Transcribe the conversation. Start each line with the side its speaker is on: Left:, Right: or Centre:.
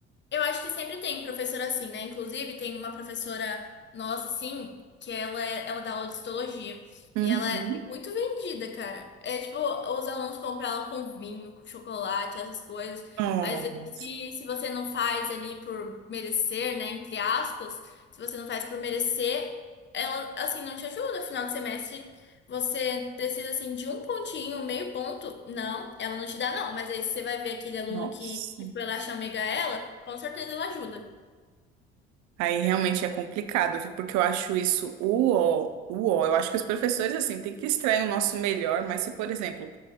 Left: Eu acho que sempre tem professor assim, né? Inclusive, tem uma professora nossa, assim, que ela, é- ela dá aula de histologia.
Right: Uhum.
Left: E ela é muito vendida, cara. É tipo, os alunos compram ela com vinho, com chocolate, essas coisas.
Right: Nossa,
Left: Mas se, se você não faz ali por merecer, né? Entre aspas, se você não faz por merecer, ela, assim, não te ajuda. Final de semestre você precisa assim de um pontinho, meio ponto. Não, ela não te dá, não. Mas aí você vai ver aquele aluno
Right: nossa.
Left: que, que foi lá chamegar ela, com certeza ela ajuda.
Right: Aí realmente é complicado, viu? porque eu acho isso o ó, o ó. Eu acho que os professores, assim, têm que extrair o nosso melhor, mas se, por exemplo,